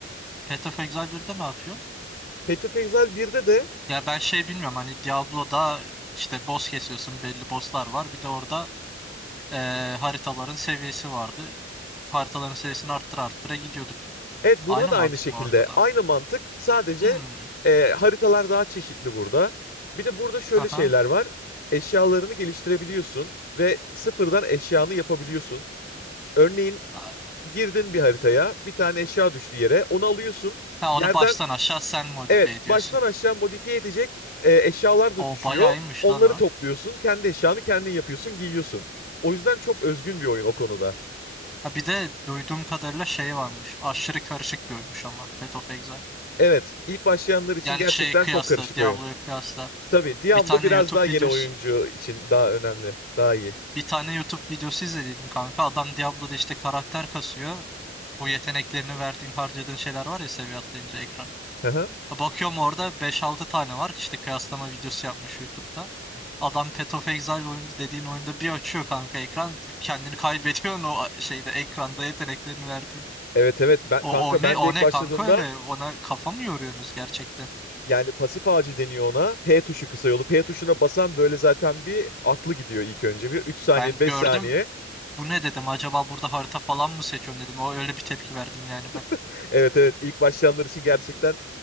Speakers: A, in the centre; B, on the left.
A: Path of Exile 1'de ne yapıyor?
B: Path of Exile 1'de de
A: Ya ben şey bilmiyorum hani Diablo'da işte boss kesiyorsun belli bosslar var. Bir de orada eee, haritaların seviyesi vardı. Haritaların seviyesini arttıra arttıra gidiyorduk.
B: Evet burada
A: Aynı
B: da
A: mantık
B: aynı şekilde
A: mı orada da?
B: aynı mantık sadece
A: Hmm.
B: e, haritalar daha çeşitli burada. Bir de burada şöyle
A: Aha.
B: şeyler var. Eşyalarını geliştirebiliyorsun ve sıfırdan eşyanı yapabiliyorsun. Örneğin
A: Ha,
B: girdin bir haritaya bir tane eşya düştü yere onu alıyorsun.
A: ha,
B: Yerden
A: onu baştan aşağı sen modifiye
B: evet
A: ediyorsun.
B: baştan aşağı modifiye edecek e, eşyalar da
A: O
B: düşüyor.
A: bayağı iyiymiş
B: Onları
A: lan o.
B: topluyorsun kendi eşyanı kendin yapıyorsun giyiyorsun. O yüzden çok özgün bir oyun o konuda.
A: Ha, bir de duyduğum kadarıyla şey varmış. Aşırı karışık bir ölmüş ama Path of Exile.
B: Evet ilk başlayanlar için
A: Yani
B: gerçekten
A: şeyi kıyasla,
B: çok karışık
A: Diablo'ya
B: oyun.
A: kıyasla.
B: Tabii Diablo
A: Bir tane
B: biraz
A: YouTube
B: daha yeni
A: videosu
B: oyuncu için daha önemli. Daha iyi.
A: bir tane YouTube videosu izlediydim kanka. Adam Diablo'da işte karakter kasıyor. Bu yeteneklerini verdiğin, harcadığın şeyler var ya seviye atlayınca ekran.
B: Hı hı.
A: Bakıyorum orada beş altı tane var. İşte kıyaslama videosu yapmış YouTube'da. Adam Path of Exile oyun dediğin oyunda bir açıyor kanka ekran. Kendini kaybediyorsun o şeyde ekranda yeteneklerini verdiğin.
B: Evet evet ben,
A: O,
B: kanka
A: o ne
B: ben
A: o
B: de ilk
A: ne
B: başladığımda
A: kanka öyle ona kafa mı yoruyorsunuz gerçekten?
B: yani pasif ağacı deniyor ona. P tuşu kısa yolu. P tuşuna basan böyle zaten bir aklı gidiyor ilk önce. Bir üç saniye
A: Ben
B: 5
A: gördüm
B: saniye.
A: bu ne dedim acaba burada harita falan mı seçiyorsun dedim. O öyle bir tepki verdim yani ben.
B: <laughs> Evet evet ilk başlayanlar için gerçekten